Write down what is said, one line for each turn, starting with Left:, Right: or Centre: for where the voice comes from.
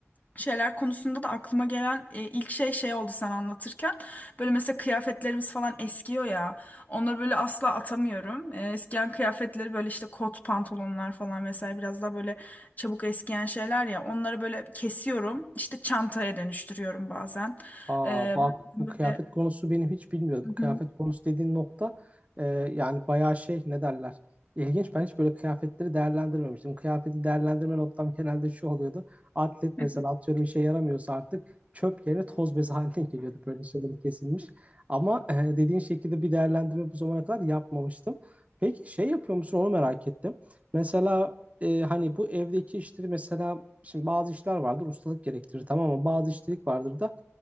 Left: şeyler konusunda da aklıma gelen e, ilk şey şey oldu sen anlatırken. Böyle mesela kıyafetlerimiz falan eskiyor ya. Onları böyle asla atamıyorum. E, eskiyen kıyafetleri böyle işte kot pantolonlar falan vesaire biraz daha böyle çabuk eskiyen şeyler ya. Onları böyle kesiyorum. İşte çantaya dönüştürüyorum bazen.
Right: Aa
Left: E,
Right: bak
Left: böyle...
Right: bu kıyafet konusu benim hiç bilmiyordum.
Left: Hı
Right: Kıyafet
Left: hı.
Right: konusu dediğin nokta e, yani bayağı şey ne derler. İlginç ben hiç böyle kıyafetleri değerlendirmemiştim. Kıyafeti değerlendirme noktam genelde şu oluyordu. Atlet
Left: <laughs>
Right: mesela atıyorum işe yaramıyorsa artık çöp yerine toz bezi <laughs> haline geliyordu böyle şeylerin kesilmiş. Ama e, dediğin şekilde bir değerlendirme bu zamana kadar yapmamıştım. Peki şey yapıyor musun onu merak ettim. Mesela e, hani bu evdeki işleri mesela şimdi bazı işler vardır ustalık gerektirir tamam mı? Bazı işçilik vardır da